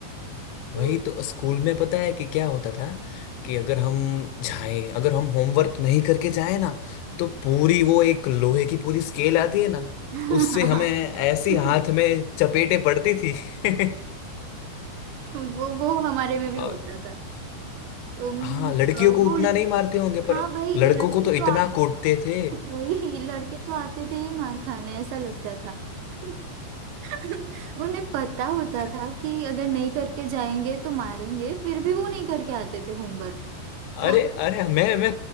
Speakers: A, on the right; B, on the left.
A: तो
B: वही तो स्कूल में पता है कि क्या होता था कि अगर हम जाए अगर हम होमवर्क नहीं करके जाए ना तो पूरी वो एक लोहे की पूरी स्केल आती है ना
A: <laughs>
B: उससे हमें ऐसी हाथ में चपेटे पड़ती थी <laughs>
A: वो वो हमारे में भी
B: और
A: होता उम,
B: हाँ लड़कियों
A: वो
B: को उतना नहीं मारते होंगे
A: हाँ
B: पर
A: वही
B: लड़कों
A: लड़के
B: को तो इतना
A: तो आ,
B: कूटते थे
A: वही लड़के तो आते थे ही मार खाने ऐसा लगता था <laughs> उन्हें पता होता
B: <laughs>
A: था कि अगर नहीं करके जाएंगे तो मारेंगे फिर भी वो नहीं करके आते थे होमवर्क
B: अरे
A: और
B: अरे मैं मैं